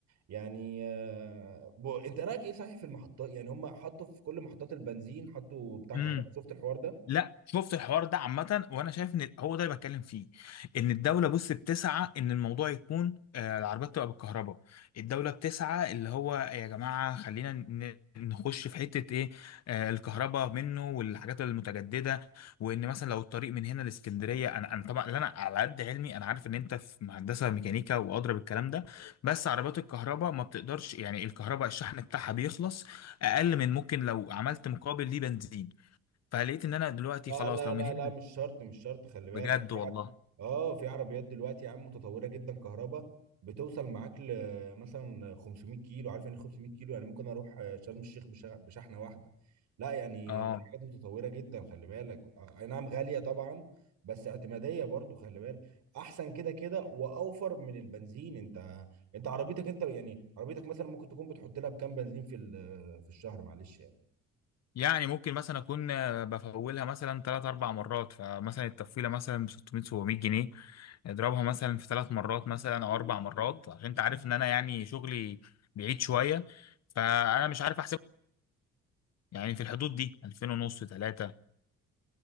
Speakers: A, on the right; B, on the left.
A: يعني آه، بو... انت رايك ايه صحيح في المحطات يعني هم حطوا في كل محطات البنزين حطوا بتاع كهرباء
B: امم.
A: شفت الحوار ده
B: لا شفت الحوار ده عامة وانا شايف ان هو ده اللي بتكلم فيه ان الدولة بص بتسعى ان الموضوع يكون آه، العربيات تبقى بالكهرباء الدولة بتسعى اللي هو يا جماعة خلينا ن- نخش في حتة ايه آه، الكهرباء منه والحاجات المتجددة وان مثلا لو الطريق من هنا لاسكندرية انا انا طبعا لا انا على قد علمي انا عارف ان انت في مهندسة ميكانيكا وادرى بالكلام ده بس عربيات الكهرباء ما بتقدرش يعني الكهرباء الشحن بتاعها بيخلص اقل من ممكن لو عملت مقابل ليه بنزين فلقيت ان انا دلوقتي
A: لا
B: خلاص
A: لا
B: لو
A: لا
B: من هنا
A: لا مش شرط مش شرط خلي بالك
B: بجد
A: في
B: والله
A: عر... اه في عربيات دلوقتي يا عم متطوره جدا كهرباء بتوصل معاك ل مثلا 500 كيلو عارف يعني إيه 500 كيلو يعني ممكن اروح آه، شرم الشيخ بش... بشحنه واحده لا يعني
B: اه
A: في حاجات متطوره جدا خلي بالك آه، اي نعم غاليه طبعا بس اعتماديه برضو خلي بالك احسن كده كده واوفر من البنزين انت انت عربيتك انت يعني عربيتك مثلا ممكن تكون بتحط لها بكام بنزين في ال- في الشهر معلش يعني
B: يعني ممكن مثلا اكون آه، بفولها مثلا ثلاث اربع مرات فمثلا التفويله مثلا ب 600 700 جنيه اضربها مثلا في ثلاث مرات مثلا او اربع مرات عشان انت عارف ان انا يعني شغلي بعيد شويه فانا مش عارف احسب يعني في الحدود دي 2000 ونص 3